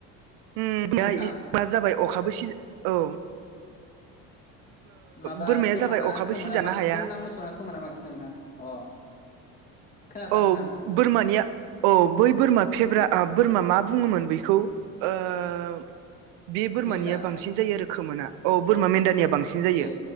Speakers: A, on the right; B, on the left.
A: उम दा
B: नोंथां
A: इ जाबाय अखाबो सिजा औ।
B: माबा
A: बोरमाया
B: बोरमाना
A: जाबाय अखाबो
B: खोमोना
A: सिजानो
B: बांसिन
A: हाया
B: ना मोसौना खोमोना बांसिन नोंथां अ। खोनादोंना
A: औ
B: नोंथां‌‌।
A: बोरमानिया अ बै बोरमा फेब्रा बोरमा मा बुङोमोन बेखौ ओ बे बोरमानिया
B: मेन्दा
A: बांसिन जायो आरो खोमोना औ बोरमा मेन्दानिया बांसिन जायो
B: ए